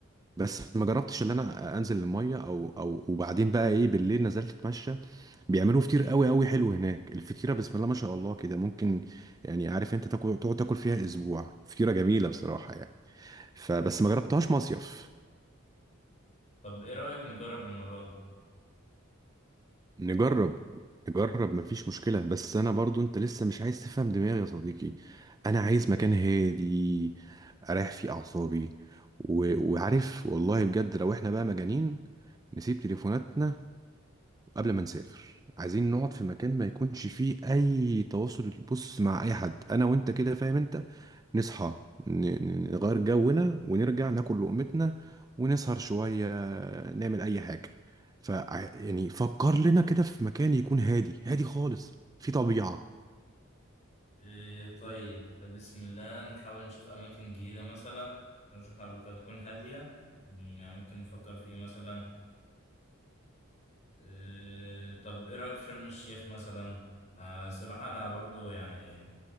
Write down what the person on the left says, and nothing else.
طب ايه رأيك نجرب المرة دي
اه، طيب بسم الله نحاول نشوف أماكن جديدة مثلا رحنا قبل كده تكون هادية مم، يعني ممكن نفكر في ايه مثلا إيه، طب ايه رايك في شرم الشيخ مثلا آه، الصراحه انا برضو يعني